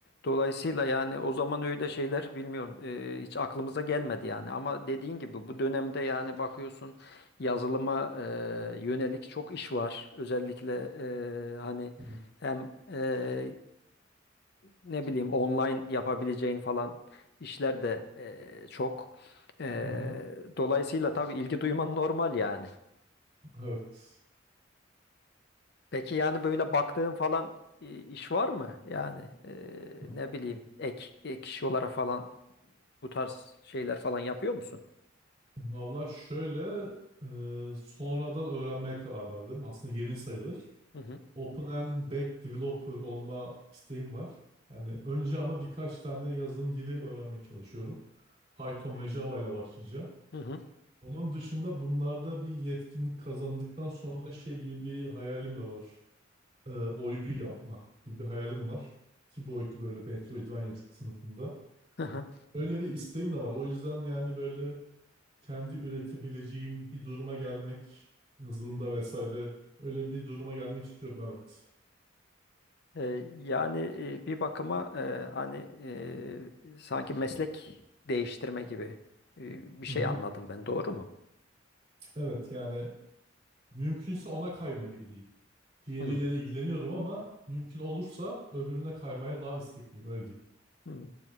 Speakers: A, on the left; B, on the right.
A: dolayısıyla yani o zaman öyle şeyler bilmiyorum ee, hiç aklımıza gelmedi yani. Ama dediğin gibi bu dönemde yani bakıyorsun yazılıma ee, yönelik çok iş var. Özellikle ee, hani
B: Hı
A: hem e, ne bileyim online yapabileceğin falan işler de eee, çok. Eee,
B: hı. hı.
A: dolayısıyla tabii ilgi duyman normal yani.
B: Evet.
A: Peki yani böyle baktığın falan e, iş var mı? Yani eee,
B: Hı.
A: ne bileyim ek, ek iş olarak falan bu tarz şeyler falan yapıyor musun?
B: Valla şöyle e, sonradan öğrenmeye karar verdim. Aslında yeni sayılır.
A: Hı hı.
B: Open and Back Developer olma isteğim var. Yani önce ama birkaç tane yazılım dili öğrenmeye çalışıyorum. Python ve Java ile başlayacağım.
A: Hı hı.
B: Onun dışında bunlarda bir yetkinlik kazandıktan sonra şey gibi bir hayalim de var. e, oyun yapma gibi bir hayalim var. Ki boyutu böyle Metroidvania sınıfında.
A: Hı hı.
B: Öyle bir isteğim de var. O yüzden yani böyle kendi üretebileceğim bir duruma gelmek yazılımda vesaire öyle bir duruma gelmek istiyorum evet.
A: Ee, yani e, bir bakıma e, hani e, sanki meslek değiştirme gibi e, bir şey
B: Hı hı.
A: anladım ben, doğru mu?
B: Evet yani mümkünse ona kayma gibi diyeyim. Diğeriyle
A: Hı.
B: de ilgileniyorum ama mümkün olursa öbürüne kaymaya daha istekliyim öyle diyeyim.
A: Hı.